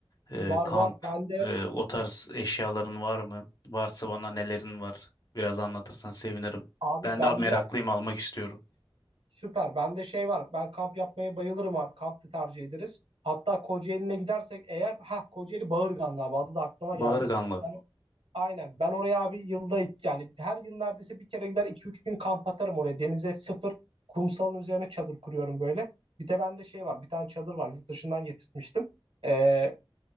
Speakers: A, on the left; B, on the right.
A: e,
B: Var
A: kamp,
B: var. Bende
A: e, o tarz eşyaların var mı? Varsa bana nelerin var? Biraz anlatırsan sevinirim.
B: abi
A: Ben
B: bende
A: de meraklıyım almak istiyorum.
B: süper. Bende şey var. Ben kamp yapmaya bayılırım abi. Kamp da tercih ederiz. Hatta Kocaeli'ne gidersek eğer ha Kocaeli Bağırganlı abi adı da aklıma
A: Bağırganlı.
B: geldi. Aynen. Ben oraya abi yılda yani her yıl neredeyse bir kere gider iki üç gün kamp atarım oraya. Denize sıfır kumsalın üzerine çadır kuruyorum böyle. Bir de bende şey var bir tane çadır var yurt dışından getirtmiştim. Ee,